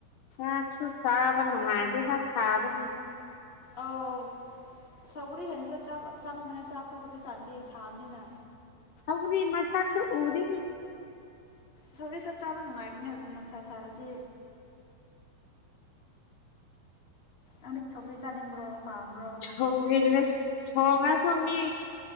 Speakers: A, on the left; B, on the left.
A: ꯆꯥꯛꯁꯨ ꯆꯥꯕ ꯅꯨꯡꯉꯥꯏꯗꯦ ꯁꯥꯥꯕꯕꯤ
B: ꯑꯧ ꯁꯧꯒꯔꯤ ꯍꯦꯟꯅ ꯈꯔ ꯆꯪꯕꯅꯦ ꯆꯥꯛꯇꯣ ꯍꯧꯖꯤꯛꯀꯥꯟꯗꯤ ꯁꯥꯕꯅꯤꯅ
A: ꯁꯒꯕꯤ ꯃꯁꯁꯨ ꯎꯗꯤꯗꯤ
B: ꯁꯧꯔꯤ ꯈꯔ ꯆꯥꯕ ꯅꯨꯡꯉꯥꯏꯕꯅꯤ ꯅꯨꯡꯁꯥ ꯁꯥꯔꯗꯤ ꯑꯪꯅ ꯊꯧꯒ꯭ꯔꯤ ꯆꯥꯅꯤꯡꯕ꯭ꯔꯣ ꯄꯥꯝꯕ꯭ꯔꯣ
A: ꯍꯣꯝ ꯖꯤꯅꯦꯁ ꯊꯣꯡꯉꯁꯨ ꯃꯤ